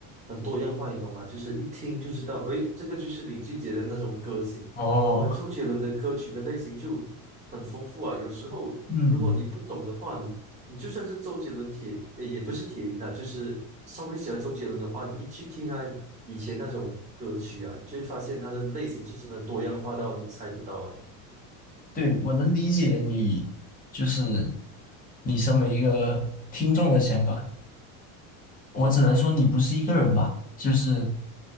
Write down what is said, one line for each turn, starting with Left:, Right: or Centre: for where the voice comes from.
Right: 很多样化，你懂吗？就是一听就知道，诶，这个就是林俊杰的那种歌型。
Left: 哦，
Right: 而周杰伦的歌曲的类型就很丰富啊，有时候如果你不懂的话，
Left: 嗯，
Right: 你你就算是周杰伦铁，呃也不是铁一啦，就是稍微喜欢周杰伦的话，你一去听他。以前那种歌曲啊，你就会发现它的类型是真的多样化到你猜不到啊。
Left: 对，我能理解你，就是你身为一个听众的想法。我只能说你不是一个人吧，就是